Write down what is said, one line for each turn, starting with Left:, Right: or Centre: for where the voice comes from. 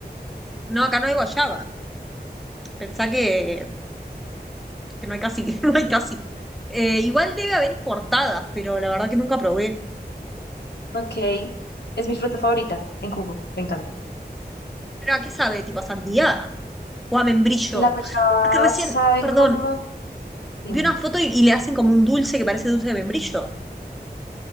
Centre: No, acá no hay guayaba. Pensá que, que no hay casi, <laughs> no hay casi. Eh, igual debe haber importadas, pero la verdad que nunca probé.
Left: Ok, es mi fruta favorita en jugo, me encanta.
Centre: ¿Pero a qué sabe? ¿Tipo a sandía? o a membrillo.
Left: La guayaba
Centre: Porque recién,
Left: sabe
Centre: perdón,
Left: cómo, dime,
Centre: vi una foto y, y le hacen como un dulce que parece dulce de membrillo.